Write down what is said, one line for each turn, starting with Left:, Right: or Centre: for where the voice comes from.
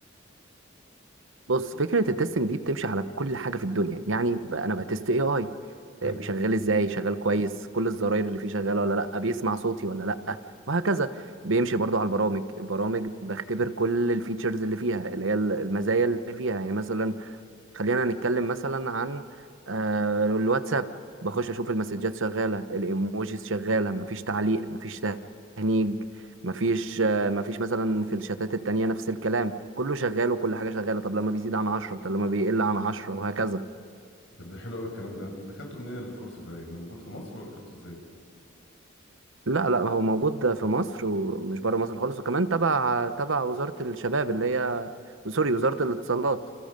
Right: بص فكرة التستنج دي بتمشي على كل حاجة في الدنيا يعني ب- انا بتست AI
Left: حلو
Right: شغال ازاي شغال كويس كل الزراير اللي فيه شغاله ولا لا بيسمع صوتي ولا لا وهكذا بيمشي برضو على البرامج البرامج بختبر كل الفيتشرز اللي فيها اللي هي المزايا اللي فيها يعني مثلا خلينا نتكلم مثلا عن آه، الواتساب بخش اشوف المسجات شغاله الايموجيز شغاله مفيش تعليق مفيش تهنيج مفيش آه، مفيش مثلا في الشتات التانية نفس الكلام كله شغال وكل حاجة شغالة طب لما بيزيد عن عشرة طب لما بيقل عن عشرة وهكذا
Left: ده ده حلو قوي الكلام ده انت خدته منين الكورس ده يعني ده موجود في مصر ولا خدته ازاي
Right: لا لا هو موجود في مصر ومش بره مصر خالص وكمان تبع تبع وزارة الشباب اللي هي سوري وزارة الاتصالات